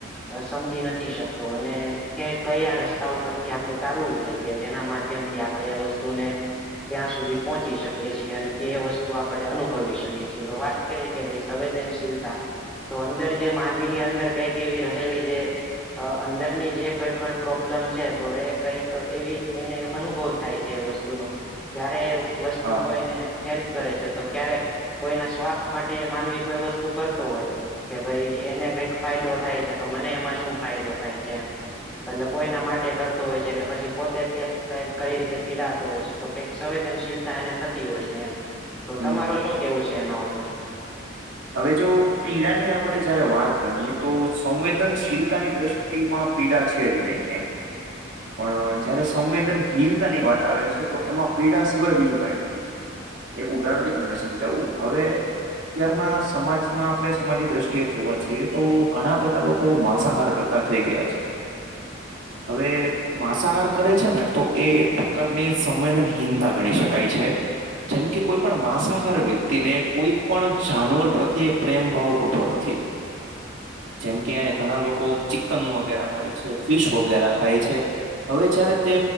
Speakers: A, in the centre; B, on the right.
A: હ સમજી નથી શકતો અને કે કયા ર રસ્તા ઉપરથી આપણે ચાલવું જોઈએ કે જેના માધ્યમથી આપણે એ વસ્તુને ત્યાં સુધી પહોંચી શકીએ છીએ અને તે વસ્તુ આપણે અનુભવી શકે છીએ તો વાત કે રે ભઈ સંવેદનશીલતા તો અંદર જે માનવી ની અંદર કઈક એવી રહેલી જે અ અંદરની જે કઈ પણ પ્રોબ પ્રોબ્લમ છે તો એ કઈક એવી એને અનુભવ થાય છે એ વસ્તુનોો કય્યારે વસ્તુ
B: હા
A: કોઈ
B: હા
A: ને હેલ્પ કરે છે તો ક્યારેક કોઈના સ્વાર્થ માટે માનવી કોઈ વસ્તુ કરતો હોય કે ભાઈ એને કઈક ફાયદો થાય છે તો મને એમાં શું ફાયદો થાય છે એ કોઈના માટે કરતો હોય છે કે પછી પોતે કઈ રીતે પીડાતો હોય છે તો કઈક સંવેદનશીલતા એને થતી હોય છે એમ તો
B: હમ
A: તમારું શું કેવું છે એના ઉપર
B: હવે જો પીડાની આપણે જયારે વાત ગણીએ તો સંવેદનશીલતાની દ્રષ્ટિ માં પીડા છે જ નહીિ ક પણ જયારે સંવેદનહીનતાની વાત આવે છે તો એમાં પીડા સિવાય બીજું કઈ નથી એક ઉદાહરણ થી તમને સમજાવવું હવે અત્યારના સમાજમાં આપણે સમાજ દ્રષ્ટિએ જોવા છઈએ તો ઘણા બધા લોકો માંસાહાર કરતા થઈ ગયા છે
A: <inaudible>
B: હવે માંસાહાર કરે છે ને તો એ એક પ્રકારની સંવેદનહીનતા ગણી શકાય છે જેમ કે કોઈ પણણ માંસાહાર વ્યક્તિને કોઈ પણ જાનવર પ્રત્યે પ્રેમ ભાવ હોતો નથી
A: <inaudible>
B: જેમકે ઘણા લોકો ચિકન વગેરે ખાય છે ફિશ વગેરે ખાય છે હવે જયારે તે